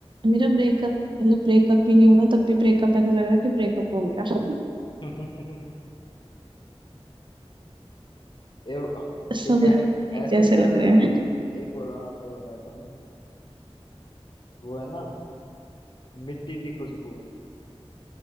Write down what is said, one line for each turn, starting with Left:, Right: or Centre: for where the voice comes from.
Right: मेरा ब्रेकअप मतलब ब्रेकअप भी नहीं हुआ तब भी ब्रेकअप ऐसा लग रहा है कि ब्रेकअप हो गया सब
Left: <laughs> तो और
Right: सब
Left: एक ऐ-
Right: लड़के एक
Left: ऐसा
Right: जैसे
Left: ही गाना
Right: लग रहे हैं
Left: एक और मैं आपको बताता हूँ वो है ना मिट्टी दी खुशबू